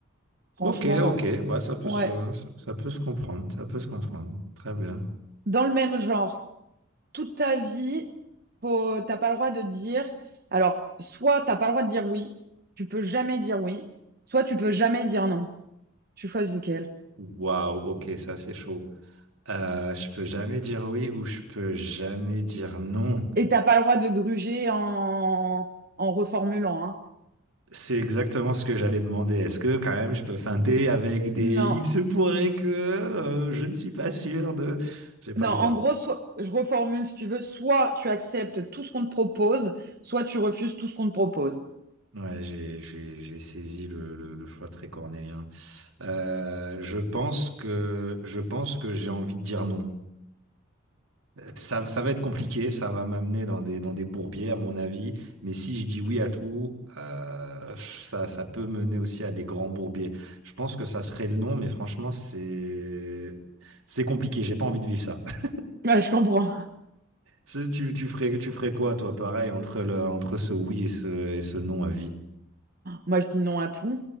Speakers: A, on the right; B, on the right.
A: Franchement,
B: Ok, ok,
A: ouais.
B: ouais, ça peut
A: Ouais.
B: se, ça, ça peut se comprendre, ça peut se comprendre. Très bien.
A: Dans le même genre. toute ta vie, faut, t'as pas le droit de dire. Alors, soit t'as pas le droit de dire oui, tu peux jamais dire oui, soit tu peux jamais dire non. Tu choisis lequel.
B: Waouh, ok, ça c'est chaud. Euh, je peux jamais dire oui ou je peux jamais dire non.
A: Et t'as pas le droit de gruger en, en reformulant. hein.
B: C'est exactement ce que j'allais demander. Est-ce que quand même je peux feinter avec des
A: Non,
B: il se pourrait que euh, je ne suis pas sûr de. J'ai pas
A: non.
B: le droit.
A: En gros, soit je reformule si tu veux. Soit tu acceptes tout ce qu'on te propose, soit tu refuses tout ce qu'on te propose.
B: Ouais, j'ai j'ai j'ai saisi le, le, le choix très cornélien. Euh, je pense que je pense que j'ai envie de dire non. Ça, ça va être compliqué, ça va m'amener dans des, dans des bourbiers, à mon avis. Mais si je dis oui à tout, euh, ça, ça peut mener aussi à des grands bourbiers. Je pense que ça serait le non, mais franchement, c'est, c'est compliqué. J'ai pas envie de vivre ça. <laughs>
A: Ouais, je comprends.
B: C'est- Tu, tu ferais, tu ferais quoi, toi, pareil, entre le, entre ce oui et ce, et ce non à vie?
A: Moi, je dis non à tout